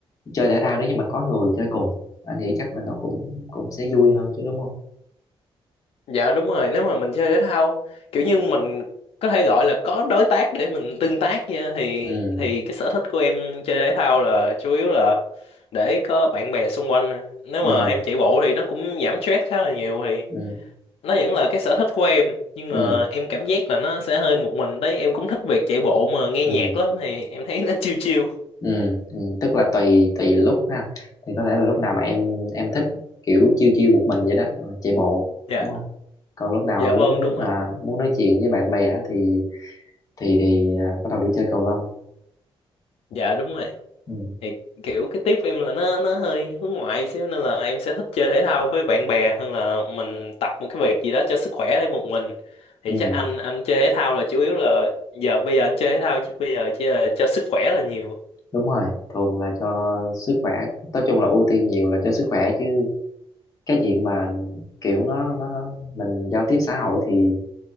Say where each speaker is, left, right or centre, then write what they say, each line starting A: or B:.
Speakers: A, on the left; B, on the left.
A: chơi thể thao nếu như mà có người chơi cùng anh nghĩ chắc là nó cũng cũng sẽ vui hơn chứ đúng không
B: Dạ đúng rồi, nếu mà mình chơi thể thao kiểu như mình có thể gọi là có đối tác để mình tương tác nha thì
A: ừ
B: thì cái sở thích của em chơi thể thao là chủ yếu là để có bạn bè xung quanh. nè. Nếu
A: ừ
B: mà em chạy bộ thì nó cũng giảm stress khá là nhiều thì
A: ừ
B: nó vẫn là cái sở thích của em nhưng
A: ừ
B: mà em cảm giác là nó sẽ hơi một mình đấy, em cũng thích việc chạy bộ mà nghe
A: ừ
B: nhạc lắm thì em thấy nó <laughs> chill chill.
A: ừ, ừ, tức là tùy tùy lúc ha thì có thể là lúc nào mà em em thích kiểu chiêu chiêu một mình vậy đó ừ, chạy bộ
B: Dạ.
A: đúng không còn lúc nào
B: Dạ
A: mà
B: vâng
A: muốn
B: đúng rồi
A: à, muốn nói chuyện với bạn bè á, thì thì thì à, bắt đầu đi chơi cầu lông
B: Dạ đúng rồi.
A: ừ,
B: thì kiểu cái tiếp em là nó nó hơi hướng ngoại xíu nên là em sẽ thích chơi thể thao với bạn bè hơn là mình tập một cái việc gì đó cho sức khỏe đây một mình thì
A: ừ,
B: chắc anh anh chơi thể thao là chủ yếu là giờ bây giờ anh chơi thể thao chắc bây giờ chỉ là cho sức khỏe là nhiều
A: đúng rồi thường là cho sức khỏe nói chung là ưu tiên nhiều là cho sức khỏe chứ cái chuyện mà kiểu nó nó, nó mình giao tiếp xã hội thì